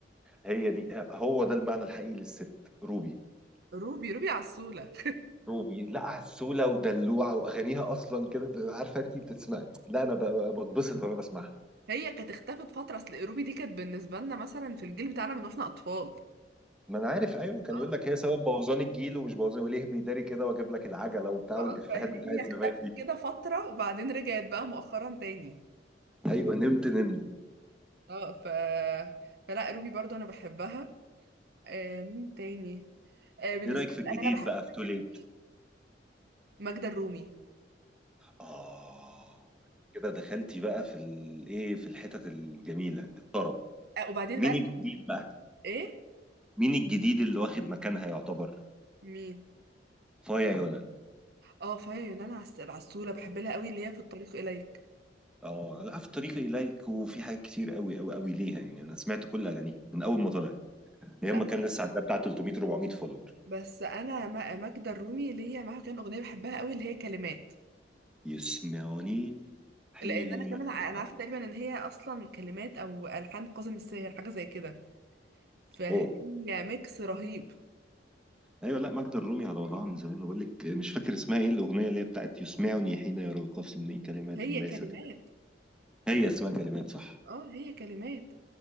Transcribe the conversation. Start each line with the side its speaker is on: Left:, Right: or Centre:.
Centre: هي دي هو ده المعنى الحقيقي للست روبي
Right: روبي روبي عسوله
Centre: روبي لا عسولة ودلوعة وأغانيها أصلا كده بتبقى عارفة أنت بتسمعي لا أنا ب- ب- بتبسط وأنا بسمعها
Right: هي كانت اختفت فتره اصل روبي دي كانت بالنسبه لنا مثلا في الجيل بتاعنا من واحنا اطفال
Centre: ما أنا عارف أيوه كان
Right: آه.
Centre: يقول لك هي سبب بوظان الجيل ومش بوظان وليه بيداري كده وأجيب لك العجلة وبتاع
Right: اه
Centre: والإفيهات
Right: فهي
Centre: بتاعت
Right: اختفت
Centre: زمان دي
Right: كده فترة وبعدين رجعت بقى مؤخرا تاني
Centre: أيوه نمت نمت
Right: اه ف فلا روبي برضو انا بحبها آه مين تاني آه بالنسبة
Centre: إيه رأيك في
Right: لي
Centre: الجديد
Right: بقى انا بحبها
Centre: بقى في توليت؟
Right: كمان مين ماجدة الرومي
Centre: آه أنت كده دخلتي بقى في الإيه في الحتت الجميلة الطرب
Right: آه وبعدين
Centre: مين
Right: بقى أنا
Centre: الجديد
Right: بحب-
Centre: بقى؟
Right: ايه
Centre: مين الجديد اللي واخد مكانها يعتبر؟
Right: مين
Centre: فايا يونس
Right: اه فيا يونان عس... عسولة بحب لها قوي اللي هي في الطريق اليك
Centre: اه لا في طريقي اليك وفي حاجات كتير قوي قوي قوي ليها يعني انا سمعت كل اغانيها من اول ما طلعت هي
Right: لا
Centre: اما كان لسه عندها بتاع 300 400 فولور
Right: بس انا ما- ماجدة الرومي ليا معاها كان اغنية بحبها قوي اللي هي كلمات
Centre: يسمعوني حين
Right: لان انا كمان
Centre: يقع-
Right: ع- انا عارفة تقريبا ان هي اصلا كلمات او الحان كاظم الساهر حاجة زي كده فهي
Centre: اوه
Right: ميكس رهيب
Centre: ايوه لا ماجدة الرومي على وضعها من زمان بقول لك مش فاكر اسمها ايه الاغنيه اللي هي بتاعت يسمعني حين يرقصني كلمات
Right: هي
Centre: ليست
Right: كلمات
Centre: هي اسمها كلمات صح
Right: اه هي كلمات